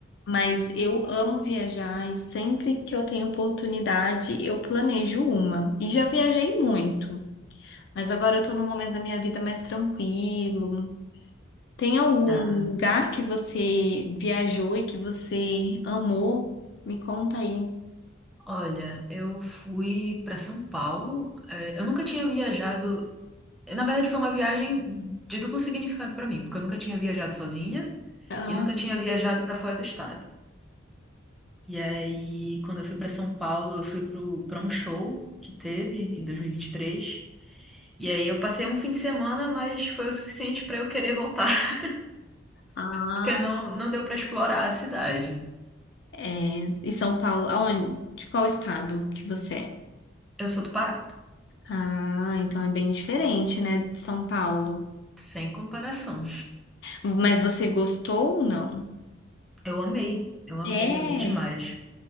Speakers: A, on the left; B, in the centre.
A: Mas eu amo viajar e sempre que eu tenho oportunidade, eu planejo uma. E já viajei muito, mas agora eu tô num momento da minha vida mais tranquilo. Tem algum
B: Ah,
A: lugar que você viajou e que você amou? Me conta aí.
B: olha, eu fui para São Paulo. é, eu nunca tinha viajado. Na verdade, foi uma viagem de duplo significado para mim, porque eu nunca tinha viajado sozinha
A: Ah,
B: e nunca tinha viajado para fora do estado. E aí, quando eu fui para São Paulo, eu fui para um show que teve em 2023. E aí eu passei um fim de semana, mas foi o suficiente para eu querer voltar, <laughs>
A: ah,
B: porque não, não deu para explorar a cidade.
A: é. E São Paulo, aonde? De qual estado que você é?
B: Eu sou do Pará,
A: Ah, então é bem diferente, né, de São Paulo.
B: sem comparação.
A: Mas você gostou ou não?
B: Eu amei, eu amei,
A: É,
B: amei demais.